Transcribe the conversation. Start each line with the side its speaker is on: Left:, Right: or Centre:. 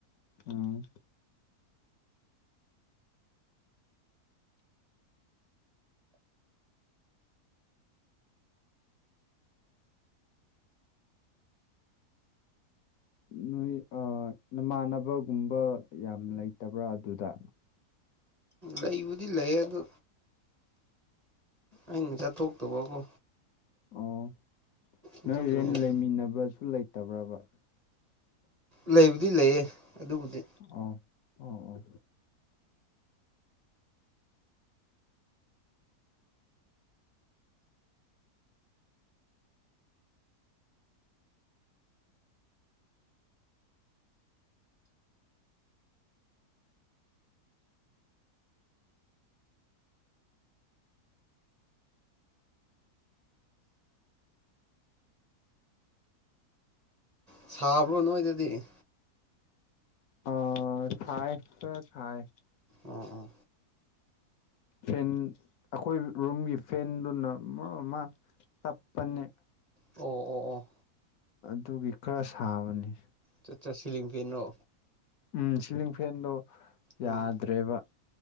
Left: ꯎꯝ꯫ ꯅꯣꯏ ꯅꯃꯥꯟꯅꯕꯒꯨꯝꯕ ꯌꯥꯝ ꯂꯩꯇꯕ꯭ꯔꯥ ꯑꯗꯨꯗ꯫
Right: ꯂꯩꯕꯨꯗꯤ ꯂꯩꯌꯦ ꯑꯗꯨ ꯑꯩꯅ ꯆꯠꯊꯣꯛꯇꯕꯀꯣ꯫
Left: ꯑꯣ
Right: ꯑꯗꯨꯒꯤꯅꯤꯅꯦ
Left: ꯅꯣꯏ ꯔꯦꯟ ꯂꯩꯃꯤꯟꯅꯕꯁꯨ ꯂꯩꯇꯕ꯭ꯔꯕ꯫
Right: ꯂꯩꯕꯨꯗꯤ ꯂꯩꯌꯦ ꯑꯗꯨꯕꯨꯗꯤ꯫
Left: ꯑꯣ ꯑꯣ ꯑꯣ꯫
Right: ꯁꯥꯕ꯭ꯔꯣ ꯅꯣꯏꯗꯗꯤ꯫
Left: ꯑ ꯁꯥꯏ ꯈꯔ ꯁꯥꯏ꯫
Right: ꯑꯣ꯫
Left: ꯐꯦꯟ ꯑꯩꯈꯣꯏ ꯔꯨꯝꯒꯤ ꯐꯦꯟꯗꯨꯅ ꯃ ꯑꯃ꯫ ꯇꯞꯄꯅꯦ꯫
Right: ꯑꯣ ꯑꯣ ꯑꯣ꯫
Left: ꯑꯗꯨꯒꯤ ꯈꯔ ꯁꯥꯕꯅꯤ꯫
Right: ꯆꯠ ꯁꯤꯂꯤꯡ ꯐꯦꯟ ꯔꯣ꯫
Left: ꯎꯝ ꯁꯤꯂꯤꯡ ꯐꯦꯟꯗꯣ ꯌꯥꯗ꯭ꯔꯦꯕ꯫
Right: ꯎꯝ